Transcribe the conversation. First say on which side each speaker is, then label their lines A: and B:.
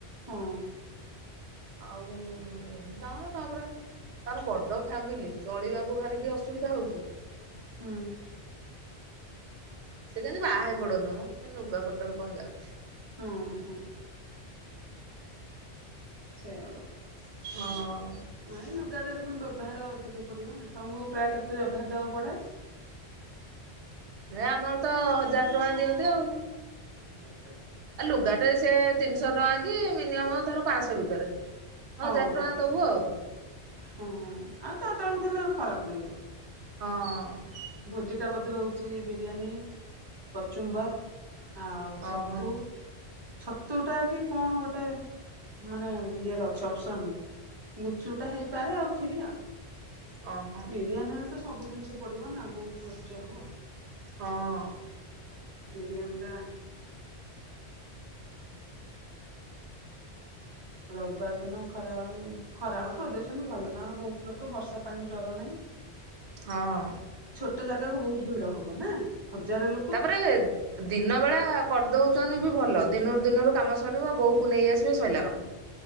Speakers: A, on the right; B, on the right.
A: ହଁ।
B: ଆଉଉ ଏମିତି ତାଙ୍କର ତାପରେ ତାଙ୍କର ବଡ ଫ୍ୟାମିଲି, ଚଳିବାକୁ ଭାରି ବି ଅସୁବିଧା ହଉଛି।
A: ହୁଁ।
B: ସେ କେମିତି ବାହା ହେଇପଡନ୍ତୁ ମ, ଲୁଗାପଟାରୁ କଣ ଯାଉଛି।
A: ହଁ ହଁ। ସେଇଆ ବା
B: ହଁଅଅ
A: ନାଇଁ ଲୁଗା ଦେଲେ ପୁଣି ବ୍ୟବହାର ଅଧିକ ପଡିବନା, ତମକୁ ପ୍ରାୟ କେତେ ବ୍ୟବହାର ଦେବାକୁ ପଡେ?
B: ଏ ଆମର ତ ହଜାର ଟଙ୍କା ଦିଅନ୍ତି ଆଉ
A: ଆ
B: ଆଉ ଲୁଗାଟେ ସେ ତିନିଶହ ଟଙ୍କା କି ମିନିମମ ଧର ପାଅଁଶହ ଭିତରେ
A: ହଁ
B: ହଜାର
A: ହଁ
B: ଟଙ୍କା ଦବୁ ଆଉ
A: ହଁ ଆଉ ତା ତଳକୁ ଦେଲେ ଖରାପ ଲାଗିବ।
B: ହଁଅଅ
A: ଭୋଜିଟା ବୋଧେ ହଉଛି ବିରିୟାନୀ କଚୁମ୍ବର। ଆଉ ଛତୁ,
B: ଓହୋ
A: ଛତୁଟା କି କଣ ଗୋଟେ ମାନେ ଇଏରେ ଅଛି ଅପସନରେ, ଗୁପଚୁପଟା ହେଇପାରେ ଆଉ କ୍ଷୀରି ଆଉ
B: ଓହୋଃ।
A: ବିରିୟାନୀରେ ତ ସବୁ ଜିନିଷ ପଡିବନା ବହୁତ ଖର୍ଚ୍ଚ ହବ।
B: ହଁଅଅ
A: ବିରିୟାନୀଟା ରବିବାର ଦିନ ଖରାବେଳୁ, ଖରାବେଳୁ କରିଦେଇଛନ୍ତି ଭଲ ତାଙ୍କର ବହୁତ ଲୋକ ବର୍ଷା ପାଣିକି ଡର ନାହିଁ।
B: ହଁ।
A: ଗୋଟେ ଜାଗାକୁ ବହୁତ ଭିଡ ହବ, ନା? ହଜାରେ ଲୋକ
B: ତାପରେ ଦିନ ବେଳା କରିଦଉ ଛନ୍ତି ବି ଭଲ, ଦିନରୁ ଦିନରୁ କାମ ସରିବ ବୋହୂକୁ ନେଇ ଆସିବେ ସଇଲା କାମ।